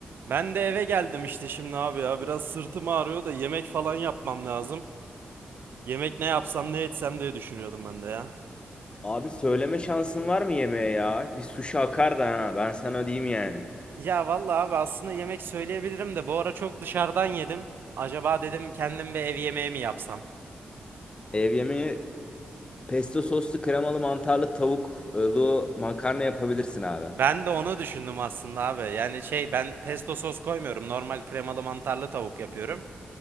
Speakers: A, on the right; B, on the left.
A: Ben de eve geldim işte şimdi abi ya biraz sırtım ağrıyor da yemek falan yapmam lazım. Yemek ne yapsam ne etsem diye düşünüyordum ben de ya.
B: Abi söyleme şansın var mı yemeğe ya? Bir suşi akar da ha. Ben sana diyeyim yani.
A: Ya vallahi abi aslında yemek söyleyebilirim de bu ara çok dışarıdan yedim. Acaba dedim kendim bir ev yemeği mi yapsam?
B: Ev yemeği pesto soslu kremalı mantarlı tavuklu makarna yapabilirsin abi.
A: Ben de onu düşündüm aslında abi. Yani şey ben pesto sos koymuyorum. Normal kremalı mantarlı tavuk yapıyorum.